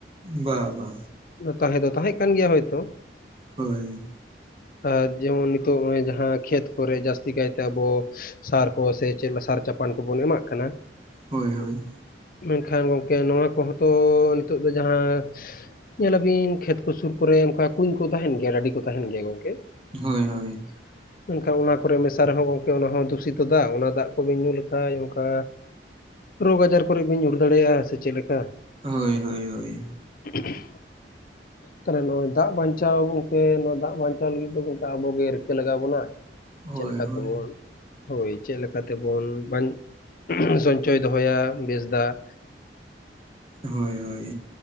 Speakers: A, on the right (about 35°); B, on the left (about 50°).
A: ᱵᱟ ᱵᱟ᱾
B: ᱛᱟᱦᱮᱸ ᱫᱚ ᱛᱟᱦᱮᱸ ᱠᱟᱱ ᱜᱮᱭᱟ ᱦᱳᱭᱛᱚ᱾
A: ᱦᱳᱭ᱾
B: ᱟᱨ ᱡᱮᱢᱚᱱ ᱱᱤᱛᱚᱜ ᱱᱚᱸᱜᱼᱚᱭ ᱡᱟᱦᱟᱸ ᱠᱷᱮᱛ ᱠᱚᱨᱮ ᱡᱟᱹᱥᱛᱤ ᱠᱟᱭᱛᱮ ᱟᱵᱚ ᱥᱟᱨ ᱠᱚ ᱥᱮ ᱪᱮᱫ ᱥᱟᱨ ᱪᱟᱯᱟᱱ ᱠᱚᱵᱚᱱ ᱮᱢᱟᱜ ᱠᱟᱱᱟ,
A: ᱦᱳᱭ ᱦᱳᱭ᱾
B: ᱢᱮᱱᱠᱷᱟᱱ ᱜᱚᱢᱠᱮ ᱱᱚᱣᱟ ᱠᱚᱦᱚᱸ ᱛᱚ ᱱᱤᱛᱚᱜ ᱫᱚ ᱡᱟᱦᱟᱸ ᱧᱮᱞᱟᱵᱤᱱ ᱠᱷᱮᱛ ᱠᱚ ᱥᱩᱨ ᱠᱚᱨᱮ ᱚᱱᱠᱟ ᱠᱩᱧ ᱠᱚ ᱛᱟᱦᱮᱸᱱ ᱜᱮᱭᱟ, ᱰᱟᱹᱰᱤ ᱠᱚ ᱛᱟᱦᱮᱸᱱ ᱜᱮᱭᱟ ᱜᱚᱝᱠᱮ᱾
A: ᱦᱳᱭ ᱦᱳᱭ᱾
B: <unintelligible> ᱢᱮᱱᱠᱷᱟᱱ ᱚᱱᱟ ᱠᱚᱨᱮᱜ ᱢᱮᱥᱟ ᱨᱮᱦᱚᱸ ᱜᱚᱢᱠᱮ ᱚᱱᱟ ᱦᱚᱸ ᱫᱩᱥᱤᱛᱚ ᱫᱟ, ᱚᱱᱟ ᱫᱟᱜ ᱠᱚᱵᱤᱱ ᱧᱩ ᱞᱮᱠᱷᱟᱡ ᱚᱱᱠᱟ ᱨᱳᱜᱽ ᱟᱡᱟᱨ ᱠᱚᱨᱮᱜ ᱵᱟᱹᱱ ᱧᱩᱨ ᱫᱟᱲᱮᱭᱟᱜᱼᱟ ᱥᱮ ᱪᱮᱫ ᱞᱮᱠᱟ?
A: ᱦᱳᱭ ᱦᱳᱭ ᱦᱳᱭ᱾
B: <inaudible> ᱛᱟᱦᱚᱞᱮ ᱱᱚᱸᱜᱼᱚᱭ ᱫᱟᱜ ᱵᱟᱧᱪᱟᱣ ᱜᱚᱢᱠᱮ ᱱᱚᱣᱟ ᱫᱟᱜ ᱵᱟᱧᱪᱟᱣ ᱞᱟᱹᱜᱤᱫ ᱫᱚ, ᱜᱚᱢᱠᱮ ᱟᱵᱚᱜ ᱜᱮ ᱨᱤᱠᱟᱹ ᱞᱟᱜᱟᱣ ᱵᱚᱱᱟ᱾
A: ᱦᱳᱭ
B: ᱪᱮᱫᱠᱟ
A: ᱦᱳᱭ
B: ᱛᱮᱵᱚᱱ ᱦᱳᱭ ᱪᱮᱫᱞᱮᱠᱟ ᱛᱮᱵᱚᱱ ᱵᱟᱧ ᱥᱚᱧᱪᱚᱭ ᱫᱚᱦᱚᱭᱟ ᱵᱮᱥ ᱫᱟᱜ,
A: ᱦᱳᱭ ᱦᱳᱭ